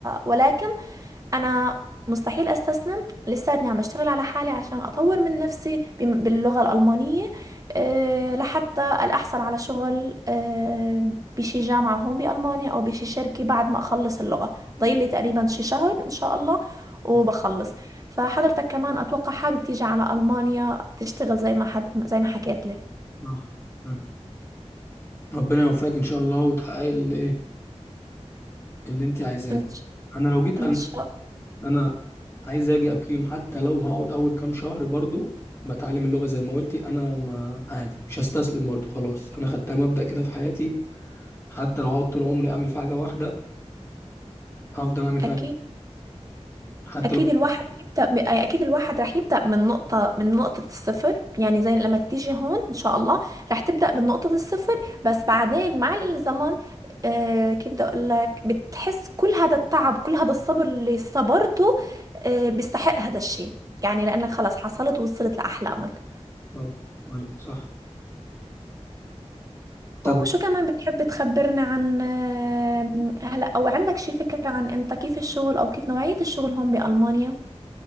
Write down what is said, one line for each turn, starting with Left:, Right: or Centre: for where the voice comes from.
Right: ولكن أنا مستحيل أستسلم لساتني عم بشتغل على حالي عشان أطور من نفسي بم- باللغة الألمانية أه لحتى أحصل على شغل أه بشي جامعة هون بألمانيا أو بشي شركة بعد ما أخلص اللغة ضايل لي تقريبا شي شهر إن شاء الله وبخلص
Left: مم.
Right: فحضرتك كمان أتوقع حابب تيجي على ألمانيا تشتغل زي ما حد... زي ما حكيت لي
Left: صح مم. ربنا يوفقك ان شاء الله وتحققي اللي ايه اللي انت عايزاه
Right: إن ش-
Left: انا لو جيت
Right: إن شاء
Left: انا عايز اجي اقيم حتى لو هقعد اول كام شهر برضو بتعلم اللغه زي ما قلتي انا ما عادي مش هستسلم برضو خلاص انا خدتها مبدأ كده في حياتي حتى لو هقعد طول عمري اعمل في حاجه واحده هفضل اعمل فيها
Right: أكيد
Left: حتى
Right: اكيد
Left: لو
Right: الواحد بيبدا ب- اكيد الواحد راح يبدا من نقطه من نقطه الصفر يعني زي لما تيجي هون ان شاء الله راح تبدا من نقطه الصفر بس بعدين مع الزمن آه كيف بدي اقول لك بتحس كل هذا التعب كل هذا الصبر اللي صبرته آه بيستحق هذا الشيء يعني لانك خلص حصلت ووصلت لاحلامك
Left: طبعا ايوه صح طب
Right: وشو كمان بتحب تخبرنا عن آه، هلا او عندك شي فكره عن انت كيف الشغل او كيف نوعيه الشغل هون بالمانيا